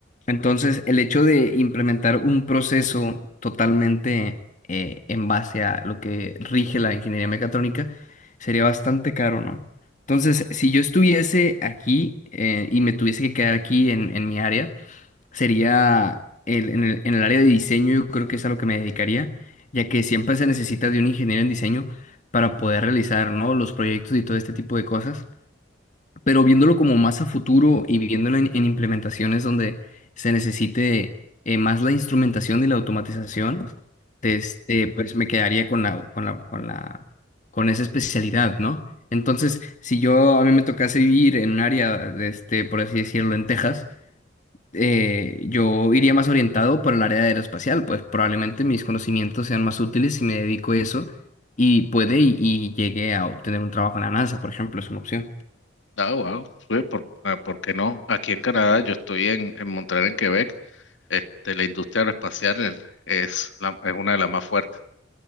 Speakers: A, on the left; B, on the left.
A: Entonces, el hecho de implementar un proceso totalmente eh, en base a lo que rige la ingeniería mecatrónica sería bastante caro, ¿no? Entonces, si yo estuviese aquí eh, y me tuviese que quedar aquí en en mi área, sería el, en el, en el área de diseño, yo creo que es a lo que me dedicaría, ya que siempre se necesita de un ingeniero en diseño para poder realizar, ¿no? los proyectos y todo este tipo de cosas. Pero viéndolo como más a futuro y viéndolo en, en implementaciones donde se necesite eh, más la instrumentación y la automatización, este, pues me quedaría con la, con la, con la, con esa especialidad, ¿no? Entonces, si yo a mí me tocase vivir en un área, este, por así decirlo, en Texas, eh, yo iría más orientado por el área de aeroespacial, pues probablemente mis conocimientos sean más útiles si me dedico a eso y puede y, y llegue a obtener un trabajo en la NASA, por ejemplo, es una opción.
B: Ah, wow, sí, por, ah, ¿por qué no? Aquí en Canadá, yo estoy en, en Montreal, en Quebec, este, la industria aeroespacial el- es, la- es una de las más fuertes.